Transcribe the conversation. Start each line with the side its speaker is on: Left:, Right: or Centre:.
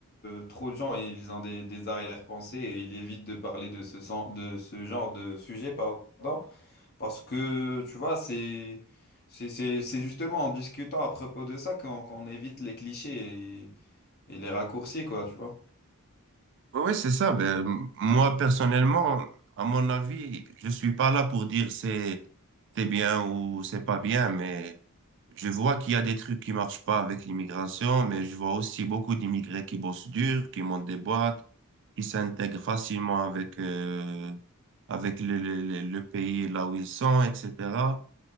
Left: euh, trop de gens, ils ont des, des arrière-pensées et ils évitent de parler de ce, sen- de ce genre de sujet, pardon, parce que, tu vois, c'est... C'est c'est- c'est justement en discutant à propos de ça qu'on qu'on évite les clichés et, et les raccourcis, quoi, tu vois.
Right: Oui, oui, c'est ça. Ben, m- moi, personnellement, à mon avis, je suis pas là pour dire c'est c'est bien ou c'est pas bien, mais je vois qu'il y a des trucs qui marchent pas avec l'immigration, mais je vois aussi beaucoup d'immigrés qui bossent dur, qui montent des boîtes, qui s'intègrent facilement avec, euh, avec le, le, le- le pays là où ils sont, etc.